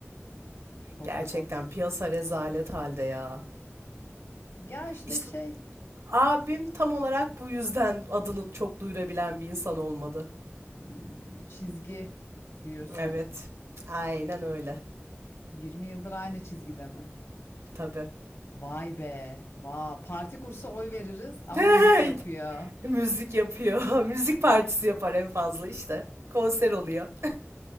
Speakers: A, on the left; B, on the right.
A: Pop
B: Gerçekten
A: culture.
B: piyasa rezalet halde ya.
A: Ya işte
B: İşte
A: şey,
B: abim tam olarak bu yüzden adını çok duyurabilen bir insan olmadı.
A: hmm, çizgi diyorsun.
B: Evet. Aynen öyle.
A: 20 yıldır aynı çizgide mi?
B: Tabii.
A: Vay be, va parti kursa oy veririz ama
B: <laughs>
A: müzik yapıyor.
B: Müzik yapıyor. <laughs> Müzik partisi yapar en fazla işte. Konser oluyor. <laughs>